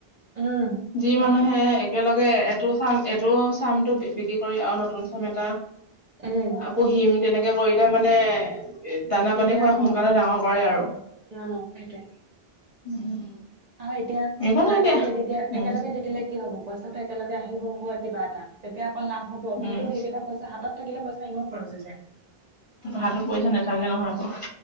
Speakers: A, on the right (about 50°); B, on the left (about 35°).
A: উম
B: যি
A: সেইটোৱে
B: মানুহে একেলগে এইটো চাম এইটো চামটো বিক্ৰী কৰি, আৰু নতুন চাম এটা
A: উম
B: আ পুহিম তেনেকে কৰিলে মানে দানা
A: তেতিয়া
B: পানী খোৱাই
A: অ
B: সোনকালে ডাঙৰ কৰে আৰু।
A: অ সেইটোৱে
B: উম
A: আৰু এতিয়া
B: একো
A: আমাৰ
B: নাই
A: একেলগে দি দিয়া
B: উম
A: একেলগে দি দিলে কি হব পইচাটো একেলগে আহিব হয়। কিবা এটা তেতিয়া অকণ লাভ হ'ব কিন্তু
B: উম
A: সেইকেইটা পইচা হাতত থাকিলে পইচা এনেও খৰচ হৈ যায়।
B: হাতত পইচা নাথাকে নহয় আকৌ।